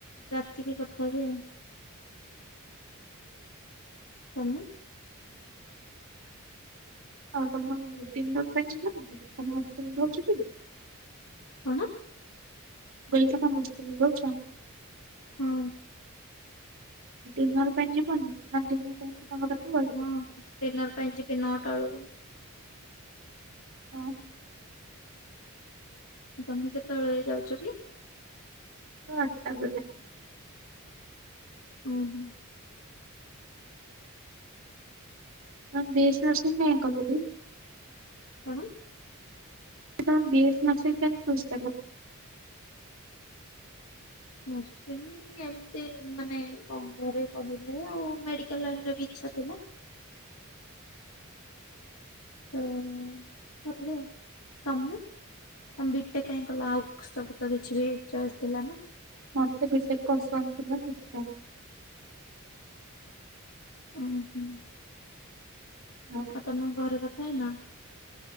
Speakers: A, on the left; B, on the right.
A: ରାତିକି କଥା ହେବି ଆଉ। ତମେ?
B: ଆଉ ତମ ଡିିନର ପାଇଁ ଯିବନି କି? ତମେ ହଷ୍ଟେଲ ରେ ରହୁଛଟି?
A: କଣ?
B: ମୁଁ କହିଲି ତମ ହଷ୍ଟେଲ ଯାଉଛ?
A: ହଁ
B: ଡିନର ପାଇଁ ଯିବନି? ନା ଡିନର ଟାଇମରେ ତମର କେତେବେଳେ?
A: ହଁ ଡିନର୍ ପାଇଁ ଯିବି ନ ଟା ଏଳକୁ।
B: ଅହଃ।
A: ତମେ କେତେବେଳେ ଯାଉଛ କି?
B: ମୁଁ ଆଠ ଟା ବେଳେ।
A: ଉଁ ହୁଁ।
B: ତମେ ବି ଏସ ନାଲ୍ ସିମ୍ କାହିଁକି କଲ କି?
A: କଣ?
B: ତମେ ବି ଏସ ନାଲ ସିମ୍ କାହିଁକି ଚୁଜ କଲ?
A: ନର୍ସିଂ ଏମିତି ମାନେ କଣ ଘରେ କହିଲେ ଆଉ ମେଡ଼ିକାଲ ଲାଇନ ରେ ବି ଇଚ୍ଛା ଥିଲା। ଆଉ କରଲେ ଆଉ, ତମେ? ତମେ ବିଟେକ୍ କାହିଁକି କଲ? ଆଉ ସବୁ ତ କିଛି ବି ଚଏସ୍ ଥିଲା ନା।
B: ମତେ ବିଟେକ୍ ପସନ୍ଦ ଥିଲା ସେଥିପାଇଁ।
A: ଉଁ ହୁଁ।
B: ହଁ
A: ଆଉ ତମେ ଘରେ କଥା ହେଇନ?